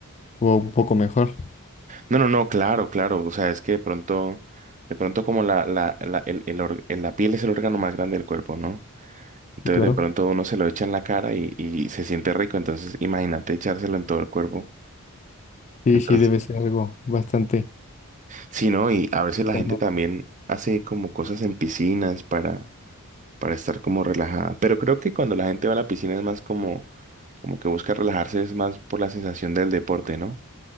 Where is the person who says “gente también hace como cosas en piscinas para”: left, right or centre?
Right